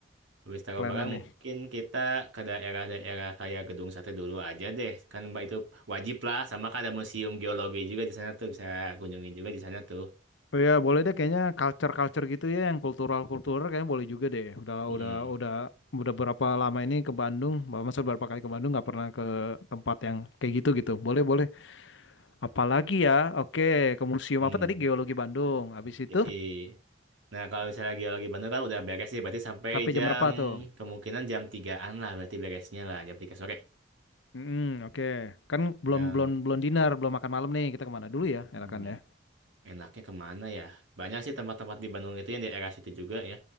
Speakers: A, on the right; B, on the left.
A: Habis taruh
B: plannya
A: barang
B: nih?
A: mungkin kita ke daerah-daerah kayak Gedung Sate dulu aja deh. Kan Mbak itu wajib lah sama kan ada museum geologi juga di sana tuh bisa kunjungi juga di sana tuh.
B: Oh ya, boleh deh kayaknya culture-culture gitu ya yang kultural-kultural kayaknya boleh juga deh. Udah
A: Mm-mm.
B: udah udah udah berapa lama ini ke Bandung, masa berapa kali ke Bandung nggak pernah ke tempat yang kayak gitu gitu. Boleh, boleh. Apalagi ya, oke, ke museum
A: Hmm.
B: apa tadi? Geologi Bandung. Habis
A: Yoi.
B: itu
A: Nah, kalau misalnya geologi Bandung kan udah beres sih, berarti sampai
B: sampai
A: jam
B: jam berapa tuh?
A: kemungkinan jam tigaan lah berarti beresnya lah jam 3 sore.
B: Hmm, oke. Kan belum
A: Ya.
B: belum belum dinner, belum makan malam nih. Kita kemana dulu ya?
A: Hmm.
B: Enakan ya.
A: Enaknya kemana ya? Banyak sih tempat-tempat di Bandung itu yang di daerah situ juga ya.